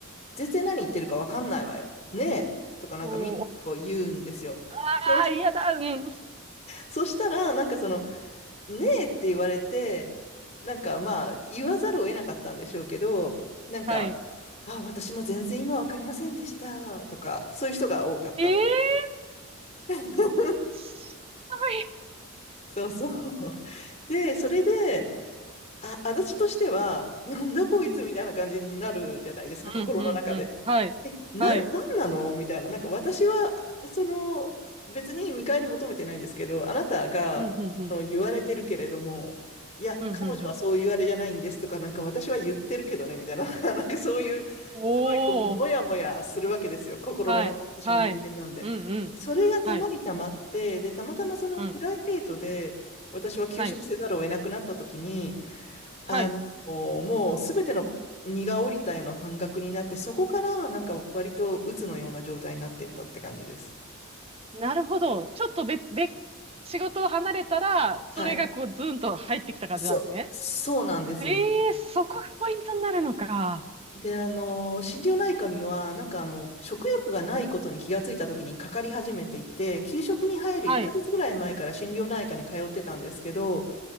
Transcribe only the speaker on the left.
全然何言ってるかわかんないわよ。ねえとかなんかみんなこう言うんですよ。
そう、
そしたら、なんかその、ねえって言われて、なんかまあ、
言わざるを得なかったんでしょうけど、なんか、
あ、私も全然今わかりませんでしたとか、そういう人が多かったの。
<laughs>
そうそう。<laughs> で、それで、あ、私としては、なんだこいつみたいな感じになるじゃないですか、
心の中で。
なん、
なんなのみたいな。なんか私は、その、別に見返り求めてないですけど、あなたが、
その、言われてるけれども、いや、
彼女はそう言われじゃないんですとか、
なんか私は言ってるけどね、みたいな、<laughs> なんかそういう、
すごい、こう、もやもやするわけですよ。心の中で、
私も人間なんで。
それがたまりたまって、
で、たまたまそのプライベートで、
私は休職せざるを得なくなった時に、
あの、もうすべての荷が下りたような感覚になって、そこからなんか割と鬱のような状態になっていったって感じです。
はい。
そう、そうなんですよね。
で、あの、心療内科には、なんかあの、食欲がないことに気がついた時にかかり始めていて、給食に入る1ヶ月ぐらい前から心療内科に通ってたんですけど、